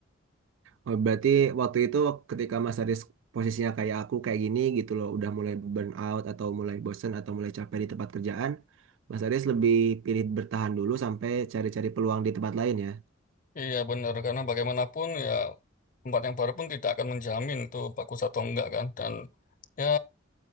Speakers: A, on the right; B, on the left.
A: Oh, berarti waktu itu ketika Mas Haris posisinya kayak aku kayak gini gitu loh, udah mulai burn out atau mulai bosen atau mulai capek di tempat kerjaan, Mas Haris lebih pilih bertahan dulu sampai cari-cari peluang di tempat lain ya.
B: Iya benar, karena bagaimanapun ya tempat yang baru pun tidak akan menjamin itu bagus atau enggak kan. Dan ya